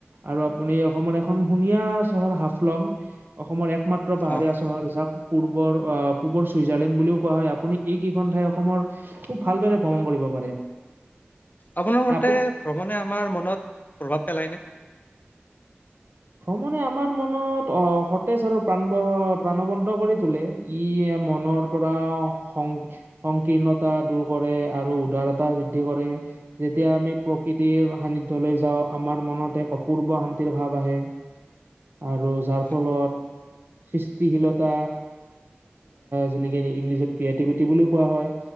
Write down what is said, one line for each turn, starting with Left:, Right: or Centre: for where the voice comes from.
Right: আৰু আপুনি অসমৰ এখন ধুনীয়া চহৰ হাফলং অসমৰ একমাত্ৰ পাহাৰীয়া
Left: অ',
Right: চহৰ জাক পূৰ্বৰ পূ্বৰ চুইজাৰলেণ্ড বুলিও কোৱা হয় আপুনি এই কেইখন ঠাই অসমৰ খুব ভালদৰে ভ্ৰমণ কৰে কৰিব পাৰে
Left: আপোনাৰ মতে
Right: আপুনি
Left: ভ্ৰমণে আমাৰ মনত প্ৰভাৱ পেলায়নে
Right: ভ্ৰমণে আমাৰ মনত অ সতেজ আৰু প্ৰাণব প্ৰাণবন্ত কৰি তোলে ই ম অসমৰ পৰা সং সংকীৰ্ণতা দূৰ কৰে আৰু উদাৰতা বৃদ্ধি কৰে যেতিয়া আমি প্ৰকৃতিৰ সান্নিধ্যলৈ যাও আমাৰ মনত এক অপূৰ্ব শান্তিৰ ভাৱ আহে আৰু যাৰ
Left: হয়,
Right: ফলত সৃষ্টিশীলতা যেনেকে ইংলিছত ক্ৰিয়েটিভিটি বুলি কোৱা হয়